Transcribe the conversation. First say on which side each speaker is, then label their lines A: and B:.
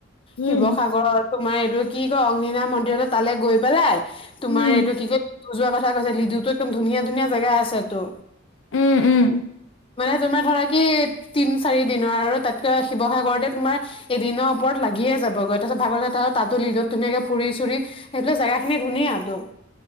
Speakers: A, on the left; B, on the left.
A: উম
B: শিৱসাগৰৰ তোমাৰ এইটো কি কয় অগ্নিনাভ মন্দিৰটো তালৈ গৈ পেলাই তোমাৰ
A: উম
B: এইটো কি কয় লিডু যোৱা কথা কৈছে। লিডুটো একদম ধুনীয়া-ধুনীয়া জেগা আছেটো।
A: উম, উম।
B: মানে তোমাৰ ধৰা কি তিন, চাৰি দিনৰ আৰু তাতকৈ শিৱসাগৰতে তোমাৰ এদিনৰ ওপৰত লাগ লাগিয়ে যাবগৈ। তাৰপিছত ভাগৰ তাতো লিডুত ধুনীয়াকে ফুৰি চুৰি সেইফালে জেগা খিনি ধুনীয়াটো।